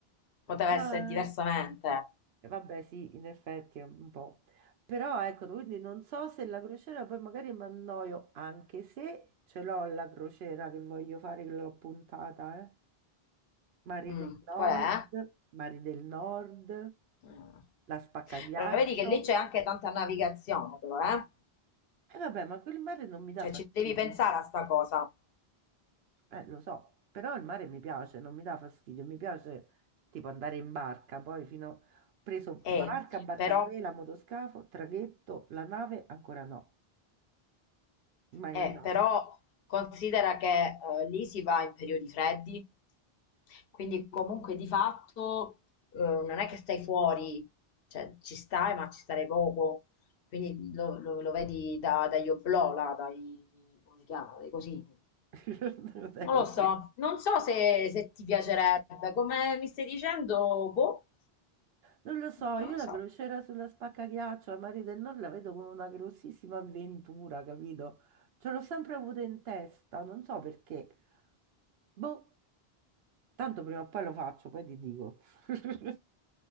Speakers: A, on the left (about 65°); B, on the right (about 75°).
A: Poteva
B: No,
A: essere diversamente.
B: eh, vabbè, sì, in effetti è un po'. Però ecco, quindi non so se la crociera poi magari mi annoio, anche se ce l'ho la crociera che voglio fare, che l'ho puntata, eh. Mari
A: Mm,
B: del Nord,
A: qual è?
B: Mari del Nord,
A: Eh.
B: la Spaccaghiaccio.
A: Però vedi che lì c'è anche tanta navigazione, però, eh?
B: E vabbè, ma quel mare non mi dà
A: Cioè
B: fastidio.
A: ci devi pensare a sta cosa.
B: Eh, lo so, però il mare mi piace, non mi dà fastidio, mi piace tipo andare in barca, poi fino... Ho preso
A: E
B: barca, barca
A: però
B: a vela, motoscafo, traghetto, la nave, ancora no, mai
A: Eh,
B: andata.
A: però considera che eh, lì si va in periodi freddi, quindi comunque di fatto eh, non è che stai fuori, cioè ci stai, ma ci starei poco. Quindi lo, lo- lo vedi da- dagli oblò, là, dai, come si chiama, dai cosini.
B: <laughs> Non è
A: Non
B: così.
A: lo so, non so se, se ti piacerebbe, come mi stai dicendo, boh,
B: Non lo so,
A: non
B: io
A: lo
B: la
A: so.
B: crociera sulla Spaccaghiaccio al Mare del Nord la vedo come una grossissima avventura, capito? Ce l'ho sempre avuto in testa, non so perché. Boh, tanto prima o poi lo faccio, poi ti dico. <laughs>